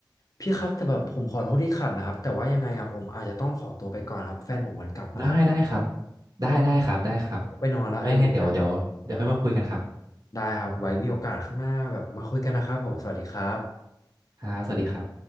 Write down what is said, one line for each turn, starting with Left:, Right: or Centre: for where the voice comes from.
Left: พี่ครับแต่แบบผมขอโทษที่ขัดนะครับแต่ว่ายังไงอ่ะผมอาจจะต้องขอตัวไปก่อนครับแฟนผมมันกลับมาละ
Right: ได้ได้ครับได้ได้ครับได้ครับ
Left: ต้องไปนอนละเดี๋ยวนี้
Right: ไม่ไงเดี๋ยวเดี๋ยวเดี๋ยวค่อยมาคุยกันครับ
Left: ได้ครับ ไว้มีโอกาสข้างหน้าแบบมาคุยกันนะครับผมสวัสดีครับ
Right: ครับสวัสดีครับ